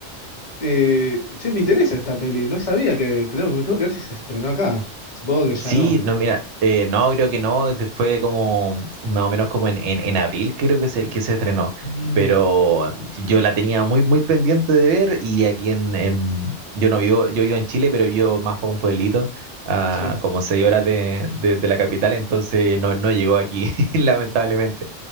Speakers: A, on the left; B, on the right.
A: Eh, che, me interesa esta peli, no sabía que tengo, que tengo que ver si se estrenó acá. Supongo que ya
B: Sí,
A: no.
B: no, mira, eh, no, creo que no, ese fue como más o menos como en, en, en abril creo que se, que se estrenó,
A: Mm,
B: pero yo la tenía muy, muy pendiente de ver y aquí en, en- yo no vivo, yo vivo en Chile, pero vivo más para un pueblito, a
A: sí.
B: como seis horas de, de, de la capital, entonces no, no llegó aquí, <laughs> lamentablemente,